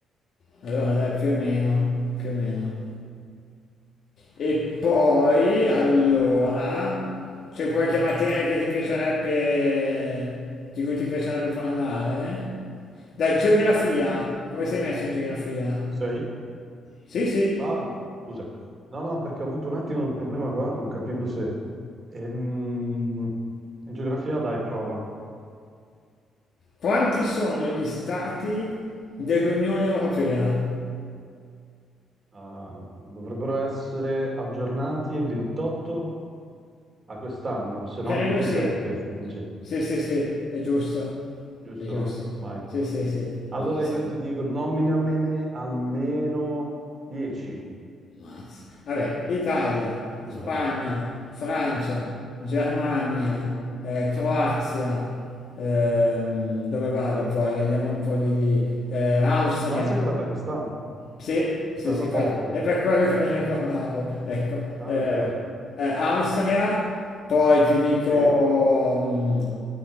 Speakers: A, on the left (about 60°); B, on the right (about 40°).
A: Allora, dai, più o meno, più o meno. E poi, allora, c'è qualche materia che ti piacerebbe, di cui ti piacerebbe parlare? Dai, geografia. Come sei messo in geografia?
B: Ci Sei?
A: Sì, sì.
B: Ah, scusa. No, no, perché ho avuto un attimo un problema qua, non capivo se... Ehm, in geografia dai prova.
A: Quanti sono gli stati dell'Unione Europea?
B: Ah, dovrebbero essere aggiornati il 28 a quest'anno, se
A: Credo
B: no 27
A: sì.
B: in G,
A: Sì, sì, sì, è giusto.
B: giusto?
A: È giusto.
B: Mai.
A: Sì, sì, sì.
B: Allora
A: Mazza.
B: io ti dico, nominamene almeno 10.
A: Mazza. Vabbè, Italia,
B: Io,
A: Spagna,
B: eh.
A: Francia,
B: Sì,
A: Germania,
B: sì.
A: eh, Croazia, ehm, dove vado poi? Andiamo un po' di lì. Eh, Austria,
B: Croazia è entrata quest'anno,
A: sì, sì,
B: eh,
A: sì,
B: da
A: infatti,
B: poco.
A: è per quello che me ne ricordavo, ecco.
B: Ah,
A: Eh,
B: certo.
A: eh, Austria, poi ti dico
B: Sì.
A: mm,